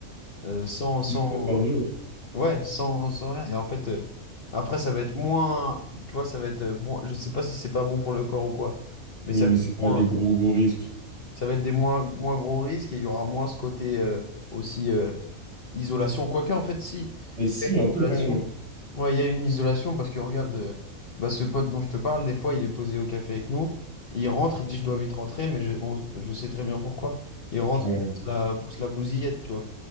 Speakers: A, on the left (about 45°); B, on the right (about 50°).
A: euh, sans,
B: Six
A: sans,
B: fois par jour.
A: Ouais, sans, sans rien. Et en fait, euh, après, ça va être moins. Tu vois, ça va être. euh, moins- je sais pas si c'est pas bon pour le corps ou quoi. Mais
B: Oui,
A: ça
B: mais
A: va
B: c'est
A: être
B: pas
A: moins,
B: des gros, gros risques.
A: ça va être des moins, moins gros risques et il y aura moins ce côté euh, aussi euh, isolation. Quoique, en fait, si.
B: Mais si,
A: Il y a une
B: un peu
A: isolation.
B: quand même. hein.
A: Ouais, il y a une isolation parce que regarde, euh, bah, ce pote dont je te parle, des fois, il est posé au café avec nous. Il rentre, il dit je dois vite rentrer, mais je, on- je sais très bien pourquoi. Il rentre
B: Ouais.
A: pour se la, pour se la bousillette, tu vois.